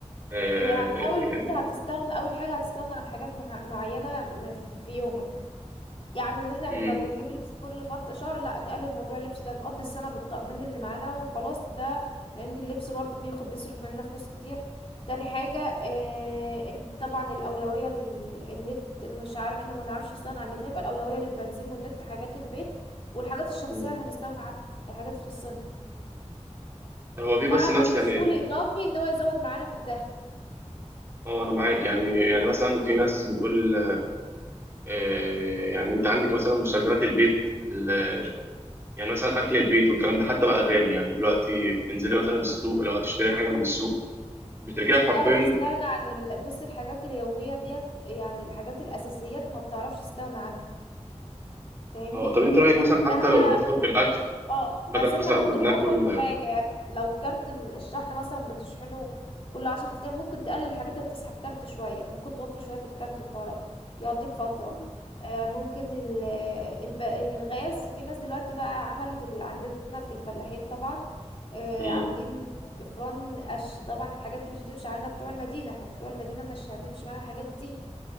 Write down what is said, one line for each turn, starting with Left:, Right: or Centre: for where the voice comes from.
Right: آه
Left: هتحاول
Right: يعني
Left: ان انت هتستغنى اول حاجه هتستغنى عن حاجات مح- معينه م- في في يومك يعني ان احنا
Right: مم.
Left: بن- بنجيب لبس كل فط شهر لا نقلل موضوع اللبس ده نقضي السنه بالطقمين اللي معانا وخلاص ده لان اللبس برضو بياخد بيصرف مننا فلوس كتير تاني حاجه آه ال- طبعا الاولويه للنت مش عارف احنا ما نعرفش نستغنى عن النت هيبقى الاولويه للبنزين والنت حاجات البيت والحاجات الشخصيه
Right: <clears throat> مم.
Left: هنستغنى عن الحاجات تخصنا
Right: هو في
Left: مع
Right: بس
Left: بدل
Right: ناس يعني
Left: شغل اضافي ان هو يزود معانا في الدخل
Right: اه انا معاك يعني يعني مثلا في ناس بتقول آه يعني انت عندك مثلا مستلزمات البيت ال- يعني مثلا اكل البيت والكلام ده حتى بقى غالي يعني دلوقتي بتنزلي مثلا السوق لو هتشتري حاجه من السوق بترجعي
Left: مش
Right: حرفيا
Left: هتعرف تستغنى عن ال... بص الحاجات اليومية ديت يعني الحاجات الأساسيات ما بتعرفش تستغنى عنها فاهمني
Right: اه طب انت رايك مثلا حتى
Left: مهما
Right: لو نوفر في الاكل
Left: اه
Right: بدل
Left: بس احنا
Right: مثلا
Left: ممكن
Right: ما بناكل
Left: نوفر في حاجة يعني لو كارت ال- الشحن مثلا بتشحنه كل عشر ايام ممكن تقلل الحاجات اللي بتسحب كارت شوية ممكن توفر شوية في الكارت الكهرباء يقضيك فترة
Right: آه،
Left: آه ممكن ال الب- الغاز في ناس دلوقتي بقى عملت اللي عندنا في الفلاحين طبعا آه
Right: امم
Left: عاملين افران قش طبعا الحاجات دي مش هتمشي علينا بتوع المدينة احنا بتوع المدينة مش هتمشي معانا الحاجات دي